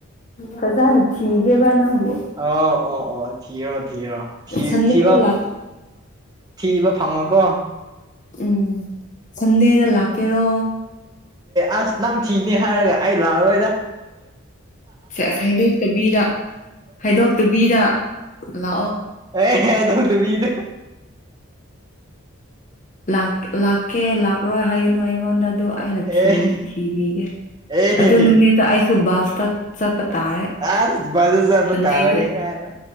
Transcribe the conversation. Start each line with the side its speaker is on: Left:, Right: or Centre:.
Left: ꯐꯖꯟꯅ ꯊꯤꯒꯦꯕ ꯅꯪꯕꯨ
Right: ꯑꯣ ꯑꯣ ꯑꯣ ꯊꯤꯌꯣ ꯊꯤꯌꯣ
Left: ꯁꯟꯗꯦꯗ
Right: ꯊꯤꯕ
Left: ꯂꯥꯛ
Right: ꯊꯤꯕ ꯐꯪꯉꯨ ꯀꯣ꯫
Left: ꯎꯝ ꯁꯟꯗꯦꯗ ꯂꯥꯛꯀꯦꯔꯣ
Right: ꯑꯁ ꯅꯪ ꯊꯤꯅꯦ ꯍꯥꯏꯔꯒ ꯑꯩ ꯂꯥꯛꯑꯔꯣꯏꯗ
Left: ꯁꯦ ꯑꯁꯥꯏꯗꯩ <unintelligible> ꯍꯥꯏꯗꯣꯛꯇꯕꯤꯗ ꯂꯥꯛꯑꯣ꯫
Right: ꯑꯦ ꯍꯥꯏꯗꯣꯛꯇꯕꯤꯗ꯫
Left: ꯂꯥꯛ ꯂꯥꯛ ꯀꯦ ꯂꯥꯛꯔꯣꯏ ꯍꯥꯏꯒꯅꯨ ꯑꯩꯉꯣꯟꯗ ꯑꯗꯨ ꯑꯩꯅꯗ
Right: ꯑꯦ
Left: ꯊꯤꯊꯤꯕꯤꯒꯦ
Right: ꯑꯦ
Left: ꯑꯗꯨ ꯅꯨꯃꯤꯠ꯫ ꯑꯩꯁꯨ ꯕꯁꯇ ꯆꯠꯄ ꯇꯥꯔꯦ
Right: ꯑꯥꯁ ꯕꯁꯇ ꯆꯠꯄ
Left: ꯁꯟꯗꯦꯗꯤ
Right: ꯇꯥꯔꯦ ꯀꯥꯏꯅ